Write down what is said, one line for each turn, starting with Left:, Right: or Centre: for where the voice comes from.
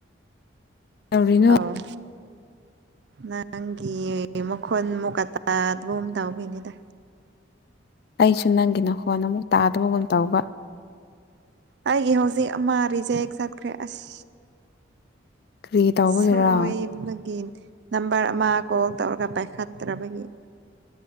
Left: ꯇꯧꯔꯤꯅꯣ
Right: ꯑꯥꯎ ꯅꯪꯒꯤ ꯃꯈꯣꯜ ꯑꯃꯨꯛꯀ ꯇꯥꯗꯕꯒꯨꯝ ꯇꯧꯕꯩꯅꯤꯗ
Left: ꯑꯩꯁꯨ ꯅꯪꯒꯤ ꯅꯈꯣꯟ ꯑꯃꯨꯛ ꯇꯥꯗꯕꯒꯨꯝ ꯇꯧꯕ
Right: ꯑꯩꯒꯤ ꯍꯧꯖꯤꯛ ꯑꯃ ꯔꯤꯖꯦꯛ ꯆꯠꯈ꯭ꯔꯦ ꯑꯁ
Left: ꯀ꯭ꯔꯤ ꯇꯧꯕꯒꯤꯔꯥ
Right: ꯁꯣꯏꯕꯒꯤ ꯅꯝꯕꯔ ꯑꯃ ꯀꯣꯜ ꯇꯧꯔꯒ ꯄꯥꯏꯈꯠꯇ꯭ꯔꯕꯒꯤ